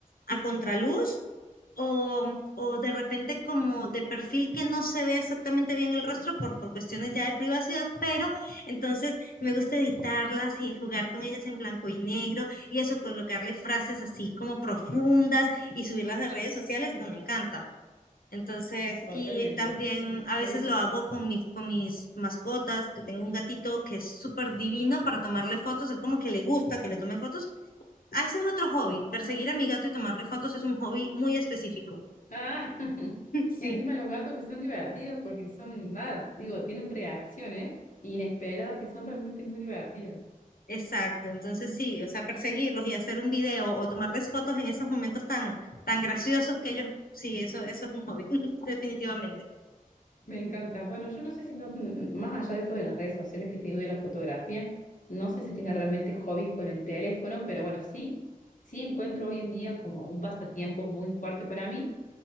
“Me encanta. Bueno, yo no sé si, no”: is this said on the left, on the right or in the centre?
Left